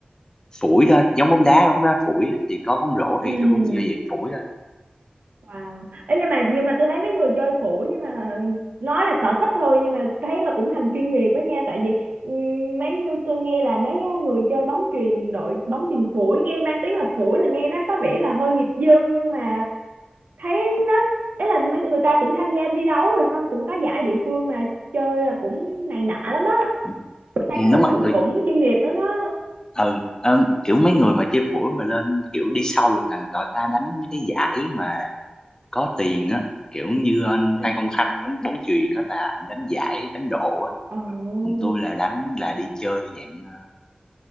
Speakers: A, on the left; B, on the right.
A: phủi thôi giống bóng đá bóng đá phủi á, thì có bóng rổ
B: Ừ.
A: thì tôi cũng chơi dạng phủi thôi
B: Wow. Ấy nhưng mà nhưng mà tôi thấy mấy người chơi phủi nhưng mà nói là sở thích thôi nhưng mà thấy là cũng thành chuyên nghiệp đó nha tại vì ừ, mấy như tôi nghe là mấy á, người chơi bóng chuyền đội bóng chuyền phủi nghe mang tiếng là phủi là nghe nó có vẻ là hơi nghiệp dư nhưng mà thấy nó ấy là mấy người ta cũng tham gia thi đấu rồi xong cũng có giải địa phương mà chơi là cũng này nọ lắm á
A: ừ,
B: thấy
A: ừ,
B: là
A: đúng rồi
B: cũng
A: tôi
B: cũng chuyên nghiệp lắm đó
A: ừ, ờ, kiểu mấy người mà chơi phủi mà lên kiểu đi sâu được là tụi ta đánh mấy cái giải mà có tiền á kiểu như anh
B: ừ.
A: Phan Công Khanh đánh bóng chuyền á là anh đánh giải đánh độ á
B: Ồ.
A: còn tôi là đánh là đi chơi dạng ờ,